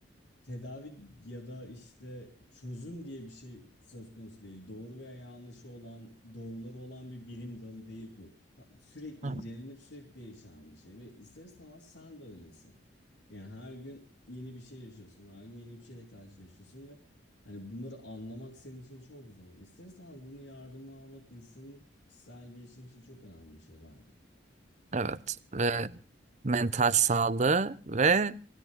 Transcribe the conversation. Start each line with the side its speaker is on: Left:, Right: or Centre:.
Left: tedavi ya da işte çözüm diye bir şey söz konusu değil. Doğru veya yanlışı olan, doğruları olan bir bilim dalı değil bu. Ha- Sürekli
Right: <laughs>
Left: incelenip sürekli değişen bir şey ve ister istemez sen de öylesin. Yani her gün yeni bir şey yaşıyorsun, her gün yeni bir şeyle karşılaşıyorsun ve hani bunları anlamak senin için çok zor. İster istemez bunu yardıma almak insanın kişisel gelişim için çok önemli bir şey bence.
Right: Evet ve mental sağlığı ve